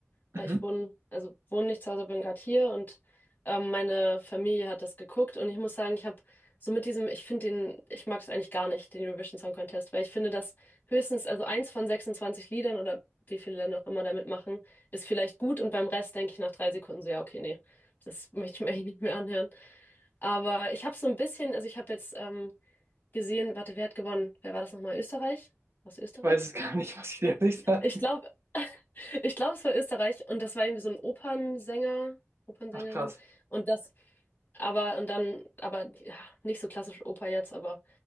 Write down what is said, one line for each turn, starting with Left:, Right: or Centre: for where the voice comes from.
Left: Äh,
Right: Mhm.
Left: Ich wohne, also wohne nicht zu Hause, bin gerade hier und ähm, meine Familie hat das geguckt und ich muss sagen, ich habe so mit diesem, ich finde den, ich mag es eigentlich gar nicht, den Eurovision Song Contest, weil ich finde, dass höchstens, also eins von 26 Liedern oder wie viele Länder auch immer da mitmachen, ist vielleicht gut und beim Rest denke ich nach drei Sekunden so, ja, okay, nee, das <laughs> möchte ich mir eigentlich nicht mehr anhören. Aber ich habe so ein bisschen, also ich habe jetzt ähm, gesehen, warte, wer hat gewonnen? Wer war das nochmal? Österreich? Aus Österreich?
Right: Ich weiß es gar nicht, <laughs> muss ich dir ehrlich sagen.
Left: Ich glaube, <laughs> ich glaube, es war Österreich und das war irgendwie so ein Opernsänger, Opernsängerin
Right: Ach krass.
Left: und das, aber und dann, aber ja, nicht so klassisch Oper jetzt, aber